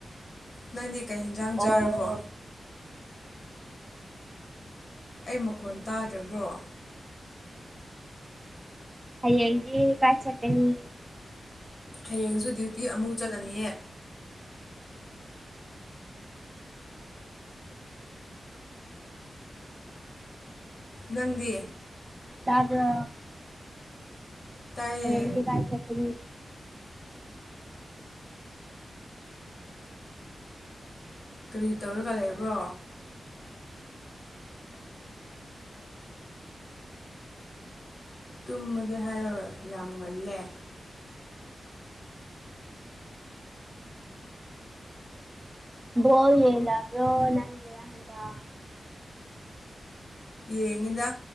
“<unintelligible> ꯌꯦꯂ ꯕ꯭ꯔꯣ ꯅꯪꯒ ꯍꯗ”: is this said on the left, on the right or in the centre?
Right